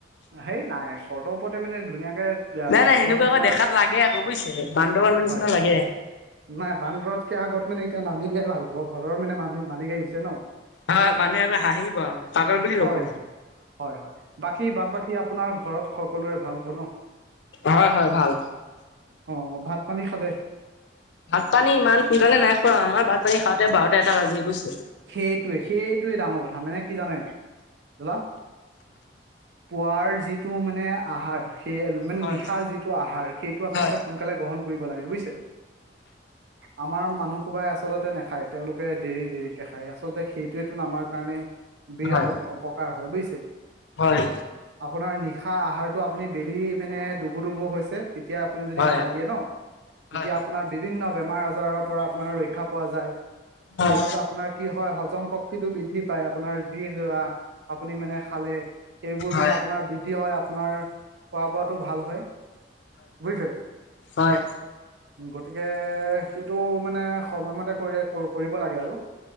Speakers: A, on the right; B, on the left.
A: সেই নাই চৰটৰ ওপৰতে মানে ধুনীয়াকে।
B: নাই
A: বিচনা
B: নাই সেনেকুৱাকে
A: চিচনা
B: দেখাত লাগে আকৌ বুইছে বান্দৰ বান্দৰ
A: হয়।
B: নিচিনা লাগে।
A: নাই বান্দৰতকে আগত মানে এতিয়া নামি দিয়াই ভাল হ'ব ঘৰৰ মানে মানুহ মালিক আহিছে ন'।
B: হয় মানুহে এবাৰ হাঁহিব পাগল বুলি
A: হয়
B: কব।
A: হয় হয় হয় বাকী বাদ বাকী আপোনাৰ ঘৰত সকলোৰে ভাল হব ন'।
B: হয় হয় ভাল।
A: অ ভাত পানী খালে
B: ভাত পানী ইমান সোনকালে নাই খোৱা, আমাৰ ভাত পানী খাওঁতে বাৰটা এটা বাজি গৈছে।
A: সেইটোৱে সেইটোৱে ডাঙৰ কথা মানে কি জানে। হেল্ল পোৱাৰ যিটো মানে আহাৰ। সেই আৰু মানে
B: হয়
A: নিশাৰ
B: হয়
A: যিটো আহাৰ সেইটো আচলতে
B: হয়
A: সোনকালে গ্ৰহণ কৰিব লাগে বুইছে। আমাৰ মানুহ সোপাই আচলতে নাখায় তেওঁলোকে দেৰি দেৰি। খাই আচলতে সেইটোৱেতোন আমাৰ কাৰণে। বিৰাট
B: হয়
A: অপকাৰ হয় বুইছে।
B: হয়
A: আপোনাৰ নিশা আহাৰতটো আপুনি বেলি মানে ডুবু ডুবু হৈছে তেতিয়া। আপুনি যদি
B: হয়
A: খাই দিয়ে ন'
B: হয়
A: তেতিয়া আপোনাৰ বিভিন্ন বেমাৰ আজাৰৰ পৰা আপোনাৰ ৰক্ষা পোৱা যায়।
B: হয় হয়
A: প্লাছ আপোনাৰ কি হয় হজম শক্তিটো বৃদ্ধি পায় আপোনাৰ যি। আপুনি মানে খালে, সেইবোৰ মানে
B: হয়
A: আপোনাৰ বৃদ্ধি হয় আপোনাৰ। খোৱা বোৱাতটো ভাল হয় বুইছে।
B: হয় হয়
A: গতিকে সেইটো মানে সময়মতে কৰি কৰিব লাগে আৰু।